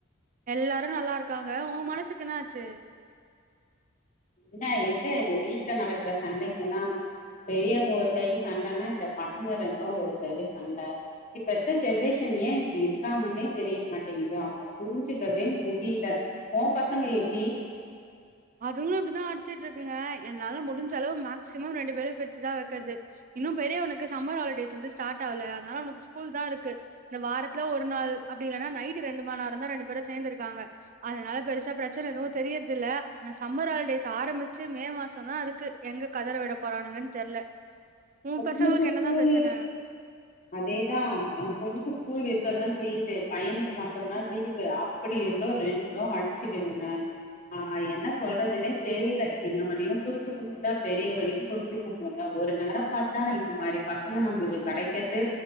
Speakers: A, on the right; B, on the left.
A: எல்லாரு நல்லாருக்காங ஓ மனசுக்கு என்னாச்சி
B: என்ன எங்க இந்த வீட்ல நடக்கற சண்டைங்கதா பெரியவங்க ஒரு சைடு சண்டனா இந்த பசங்க ரெண்டு ஒரு சைடு சண்ட இப்ப ருக்க ஜென்ரேஷன் ஏ இப்டி ருக்காங்கனே தெரிய மாட்டேங்கிது அவுங்க புரிஞ்சிக்கவே முடில ஓ பசங்க எப்டி
A: அதுங்ளு இப்டிதா அடிச்சிட்டுருக்குங்க என்னால முடிஞ்ச அளவு மேக்சிமம் ரெண்டு பேர பிருச்சி தான் வைக்கிறது இன்னும் பெரியவனுக்கு சம்மர் ஹாலிடேஸ் வந்து ஸ்டார்ட் ஆ அதனால அவனுக்கு ஸ்கூல் தான் இருக்கு இந்த வாரத்தில்ல ஒரு நாள் அப்டிஇல்லனா நைட்டு ரெண்டு மண நேரம் தான் ரெண்டு பேரும் சேர்ந்து இருக்காங்க அதனால பெருசா பிரச்சனை எது தெரியர்தில்ல நான் சம்மர் ஹாலிடேஸ் ஆரம்பிச்சு மே மாசம் தான் இருக்கு எங்க கதற விட போறானுங்கன்னு தெர்ல உன்
B: பொண்ணுக்கு
A: பசங்களுக்கு என்னதான்
B: ஸ்கூல்
A: பிரச்சன?
B: இருக்கு அதேதான் ஏ பொண்ணுக்கு ஸ்கூல் இருக் இருக்கதான் செய்யுது பையனுக்கு மட்டும்தான் லீவு அப்படி இருந்தோ ரெண்டும் அடிச்சுக்கிதுங்க ஆஹ் என்ன சொல்றதுன்னே தெரியல சின்னவனையும் புரிஞ்சுக்க முல்ல பெரியவையும் புரிஞ்சுக்க முல்ல ஒரு நேரோம் பாத்தா இந்த மாதிரி பசங்க நம்மளுக்கு கிடைக்கிறது